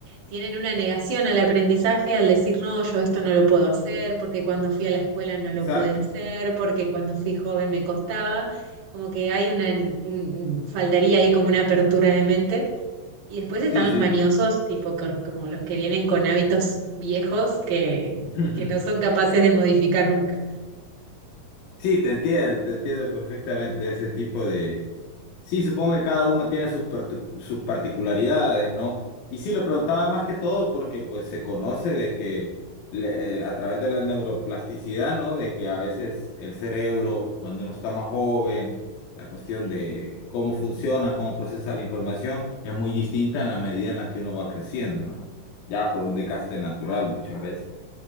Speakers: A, on the right (about 80°); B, on the left (about 85°).
A: tienen una negación al aprendizaje al decir, no, yo esto no lo puedo hacer, porque cuando fui a la escuela no
B: exacto.
A: lo pude hacer, porque cuando fui joven me costaba. Como que hay una, un- faltaría ahí como una apertura de mente y después están
B: Sí, sí.
A: los mañosos, tipo co- como los que vienen con hábitos viejos que,
B: <laughs>
A: que no son capaces de modificar nunca.
B: Sí, te entiendo, te entiendo perfectamente ese tipo de, Sí, supongo que cada uno tiene sus, partu- sus particularidades, ¿no? Y sí, lo preguntaba más que todo porque pues se conoce de que le- eh, a través de la neuroplasticidad, ¿no? De que a veces el cerebro, cuando uno está más joven, la cuestión de cómo funciona, cómo procesa la información, es muy distinta en la medida en la que uno va creciendo, ¿no? Ya por un desgaste natural muchas veces.